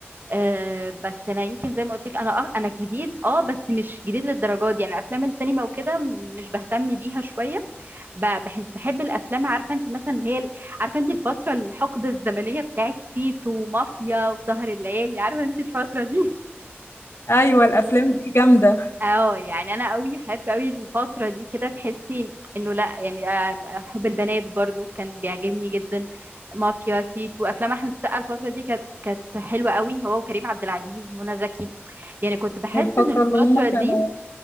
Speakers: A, on the right; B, on the left.
A: أه بس انا يمكن زي ما قلت لك انا أه انا جديد اه بس مش جديد للدرجة دي يعني افلام السينما وكده مش بهتم بيها شوية ب- بحس بحب الافلام عارفة انت مثلا اللي هي ال- عارفة انت الفترة الحقبة الزمنية بتاعت تيتو ومافيا وسهر الليالي عارفة انت الفترة دي
B: ايوه الافلام دي جامده
A: اه يعني انا قوي احب قوي الفتره دي كده تحسي انه لا يعني آه، حب البنات برضو كان بيعجبني جدا مافيا تيت وافلام احمد السقا الفتره دي كانت كانت حلوه قوي هو وكريم عبد العزيز منى زكي يعني كنت بحس
B: الفتره
A: ان الفتره
B: اللي هم كانوا
A: دي